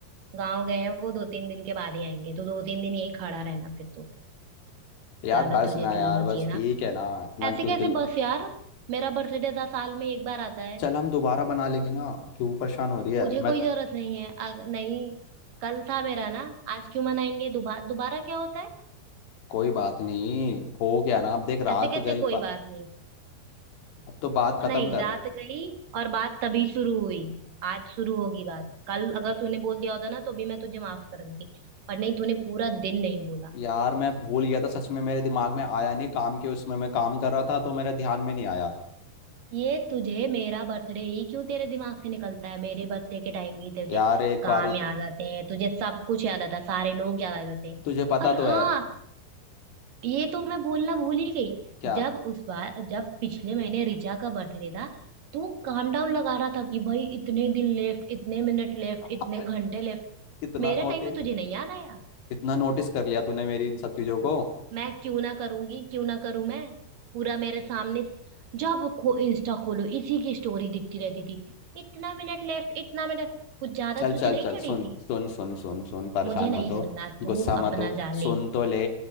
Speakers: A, on the right (about 60°); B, on the left (about 75°).
A: गाँव गए हैं वो दो तीन दिन के बाद ही आएंगे तो दो तीन दिन यहीं खड़ा रहना फिर तो
B: यार
A: ज्यादा
B: बस
A: तुझे
B: ना
A: चुल
B: यार
A: मची
B: बस
A: है ना
B: ठीक है ना इतना
A: ऐसे
B: क्यों
A: कैसे
B: दिल
A: बस यार मेरा बर्थडे था साल में एक बार आता है
B: चल हम दोबारा बना लेंगे ना क्यों परेशान हो रही है
A: मुझे
B: मैं
A: कोई
B: तो,
A: जरूरत नहीं है अग, नहीं कल था मेरा ना आज क्यों मनाएंगे दोबारा दोबारा क्या होता है
B: कोई बात नहीं हो गया ना अब देख
A: ऐसे
B: रात
A: कैसे
B: गई
A: कोई
B: बा-
A: बात नहीं
B: अब तो बात खत्म
A: नहीं
B: करना
A: रात गई और बात तभी शुरू हुई आज शुरू होगी बात कल अगर तूने बोल दिया होता ना तो भी मैं तुझे माफ कर देती पर नहीं तूने पूरा दिन नहीं बोला
B: यार मैं भूल गया था सच में मेरे दिमाग में आया नहीं काम के उसमें मैं काम कर रहा था तो मेरे ध्यान में नहीं आया
A: ये तुझे मेरा बर्थडे ही क्यों तेरे दिमाग से निकलता है मेरे बर्थडे के टाइम ही तुझे
B: यार एक
A: काम
B: बारी तो-
A: याद आते हैं तुझे सब कुछ याद आता है सारे लोग याद आ जाते हैं
B: तुझे पता
A: और
B: तो
A: हाँ
B: है
A: ये तो मैं बोलना भूल ही गई
B: क्या
A: जब उस बार जब पिछले महीने रिचा का बर्थडे था तो काम डाउन लगा रहा था कि भाई इतने दिन लेफ्ट इतने मिनट लेफ्ट इतने
B: अरे
A: घंटे लेफ्ट
B: इतना
A: मेरे
B: नोटिस
A: टाइम पे तुझे नहीं याद आया
B: इतना नोटिस कर लिया तूने मेरी इन सब चीजों को
A: मैं क्यों ना करूंगी क्यों ना करूं मैं पूरा मेरे सामने जब खो इंस्टा खोलो इसी की स्टोरी दिखती रहती थी इतना मिनट लेफ्ट इतना मिनट कुछ ज्यादा
B: चल
A: तुझे
B: चल
A: नहीं
B: चल
A: चढ़ी
B: सुन
A: थी
B: सुन सुन सुन सुन परेशान
A: मुझे
B: मत
A: नहीं
B: हो
A: सुनना तू
B: गुस्सा मत
A: अपना
B: हो
A: जा
B: सुन
A: ले
B: तो ले